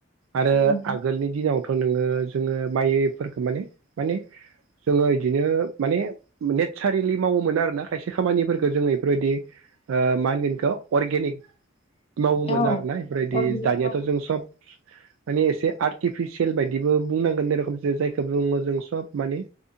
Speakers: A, on the left; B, on the right.
A: जुगावहाय
B: आरो आगोलनि दिनाव थ' नोंङो जोंङो माइफोरखौ माने माने जोंङो इदिनो माने नेचारेलि मावोमोन आरोना खायसे खामानिफोरखौ जोंङो बेफोरबायदि ओ मागनिखो अर्गेनिक मावोमोन
A: औ
B: आरोना।
A: अर्गेनिक
B: दानियााथ' जों सब माने एसे आर्टिफिसियेल बायदिबो बुंनांगोनेरखोम जे जायखौ बुङो जों सब माने